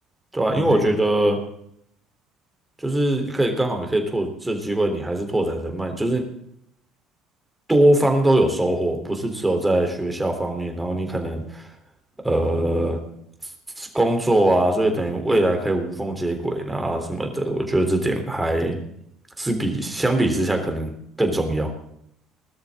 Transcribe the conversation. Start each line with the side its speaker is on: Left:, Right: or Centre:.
Centre: 对啊，因为我觉得。
Left: 就是有，
Centre: 就是可以刚好也可以拓这机会，你还是拓展人脉，就是多方都有收获，不是只有在学校方面，然后你可能呃工作啊，所以等于未来可以无缝接轨啊什么的，我觉得这点还是比相比之下可能更重要。